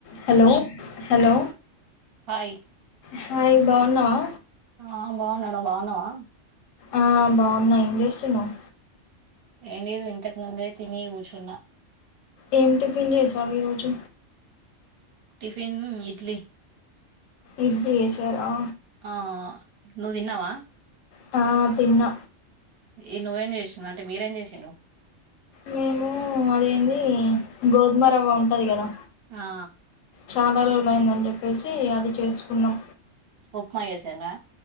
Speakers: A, on the left; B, on the right.
A: Hello hello
B: hi.
A: Hi బావున్నావా?
B: ఆ బావున్నా, నువు బావున్నావా?
A: ఆ బావున్నా. ఏం చేస్తున్నావ్?
B: ఏం లేదులే ఇంతకుముందే తిని కూర్చున్నా.
A: ఏం టిఫిన్ చేసావు ఈరోజు
B: టిఫిన్ ఇడ్లీ.
A: ఇడ్లి చేసారా ఆ
B: ఆ నువ్ తిన్నావా?
A: తా తిన్న
B: ఈ నువ్వేం చేసినవ్ అంటె మీరేం చేసిండ్రు
A: మేము అదెంది గోధుమరవ్వ ఉంటది కదా
B: ఆ
A: చాలా రోజులు అయిందండి వేసి అది చేసుకున్నం
B: ఉప్మా చేసిండ్రా